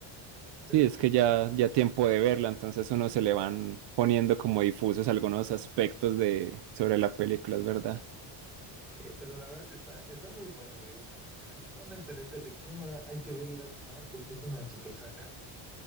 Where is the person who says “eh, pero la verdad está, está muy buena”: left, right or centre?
Centre